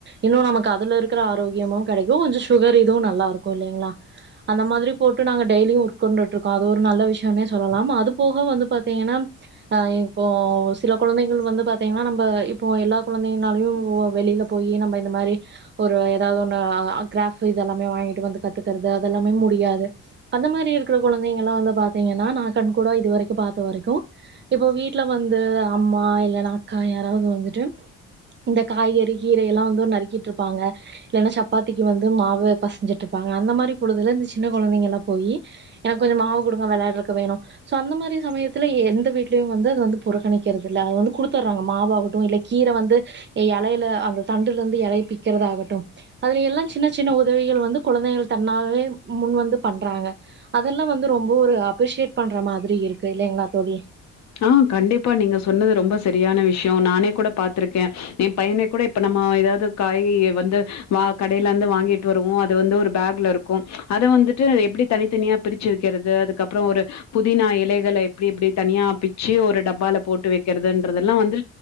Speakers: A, on the right (about 40°); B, on the left (about 65°).
A: இன்னு நமக்கு அதுல இருக்குற ஆரோக்கியமு கெடைக்கு கொஞ்சொ சுகரு இதுவு நல்லா இருக்கு இல்லைங்களா அந்த மாதிரி போட்டு நாங்க டெய்லியு உட்கொண்டுட்ருக்கோ அது ஒரு நல்ல விஷ்யொன்னே சொல்லலாம் அது போக வந்து பாத்தீங்கன்னா ஆ இப்போ சில குழந்தைகள் வந்து பாத்தீங்கனா நம்ப இப்போ எல்லாக் குழந்தைங்கனாலயு வெளியில போயி நம்ப இந்த மாரி ஒரு ஏதாவ்து ஒன்னு கிராஃபு இதெல்லாமே வாங்கிட்டு வந்து கத்துக்கறது அதெல்லாமே முடியாது அந்த மாரி இருக்குற கொழந்தைங்கல்லா வந்து பாார்த்தீங்கன்னா நா கண் கூடா இது வரைக்கு பாத்த வரைக்கு இப்போ வீட்ல வந்து ஆமா இல்லனா கா யாராவ்து வந்துட்டு இந்த காய்கறி கீரை எல்லா வந்து நறுக்கிட்ருப்பாங்க இல்லன்னா சப்பாத்திக்கி வந்து மாவு பசஞ்சிட்ருப்பாங்க அந்த மாரி பொழுதுல இந்த சின்ன கொழந்தைங்கல்லா போயி எனக்கு கொஞ்சம் மாவு குடுங்க வெளையாட்றக் க்கு வேணு சோ அந்த மாரி சமயத்துல எந்த வீட்டு <unintelligible> வந்து அது வந்து புறக்கணிக்கிறதில்ல அது வந்து குடுத்துர்றாங்க மாவவுட்டு இல்ல கீர வந்து எலைல அந்த தண்டுல இருந்து எலைய பி க்கிறதாகட்டு அதுல எல்லா சின்ன சின்ன உதவி வந்து கொழந்தைகள் தன்னாகவே முன் வந்து பண்றாங்க அதெல்லா வந்து ரொம்ப ஒரு அப்ரிசியேட் பண்ற மாதிரி இருக்கு இல்லைங்களா தோழி
B: ஆஹ் கண்டிப்பா நீங்க சொன்னது ரொம்ப சரியான விஷ்யோ நானே கூட பாத்திருக்கே என் பைய்னே கூட இப்ப நம்ம ஏதாவது காய் வந்து வா கடையில இருந்து வாங்கிட்டு வருவோ அது வந்து ஒரு பேக்ல இருக்கு அத வந்துட்டு எப்படி தனித்தனியா பிரிச்சு வைக்கிறது அதுக்கப்புறோ ஒரு புதினா இலைகளை எப்படி எப்படி தனியா பிச்ச ஒரு டப்பால போட்டு வெக்கிறதுன்றதெல்லா வந்து